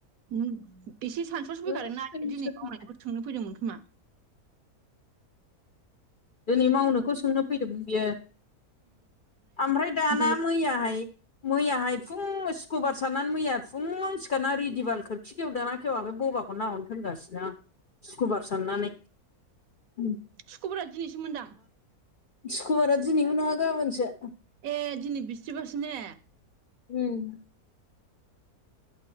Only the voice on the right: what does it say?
उम एसे सानसुवावसो फैखादोंना
दिनै
मावनायखौनो सोंनो फैदोंमोन खोमा।
गैया
सुख्रुबारा दिनैसोमोनदां।
ए दिनै बिस्थिबारसो ने।